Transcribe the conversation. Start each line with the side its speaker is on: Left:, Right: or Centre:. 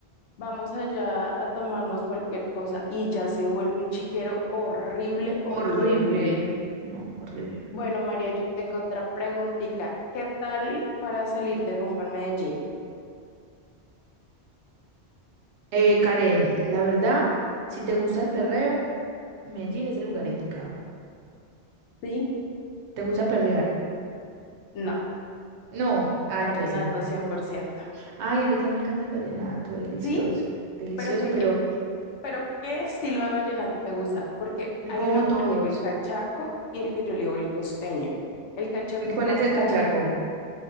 Left: Vamos allá a tomarnos cualquier cosa y ya se vuelve un chiquero horrible, horrible,
Right: Horrible.
Left: horrible.
Right: No, horrible.
Left: Bueno, María, yo tengo otra preguntita. ¿Qué tal para salir de rumba en Medellín?
Right: Eh, Karen, la verdad, si te gusta el perreo, Medellín es el lugar indicado.
Left: ¿Sí?
Right: ¿Te gusta perrear?
Left: No,
Right: No. Ah,
Left: vallenato
Right: entonces no.
Left: 100%.
Right: Ay, a mí también me encanta el vallenato, delicioso.
Left: Sí,
Right: Delicioso,
Left: pero ¿qué,
Right: pero
Left: qué- pero ¿qué estilo de vallenato te gusta? Porque hay
Right: no
Left: uno que
Right: todos.
Left: yo le digo el cachaco y el que yo le digo el costeño. El cachaco
Right: ¿Y ¿Cuál
Left: es como
Right: es el cachaco?
Left: mm,